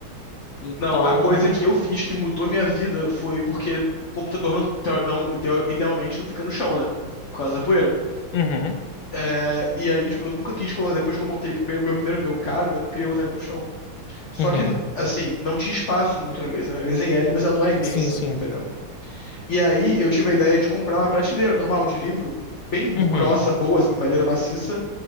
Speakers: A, on the left (about 80°); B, on the left (about 45°).
A: Então.
B: Não, a coisa que eu fiz que mudou minha vida foi porque computador não, teo- não- ideo- idealmente não fica no chão, né? Por causa da poeira.
A: Uhum,
B: É, e aí, tipo, eu nunca quis colocar. Depois que eu montei o primeiro- meu primeiro meu caro, eu não queria botar ele no chão. Só
A: uhum.
B: que, assim, não tinha espaço muito na mesa. né? A mesa é em L, mas ela não é imensa,
A: Sim, sim.
B: entendeu? E aí eu tive a ideia de comprar uma prateleira normal de livro, bem
A: Uhum,
B: bo- grossa, boa, assim, madeira maciça,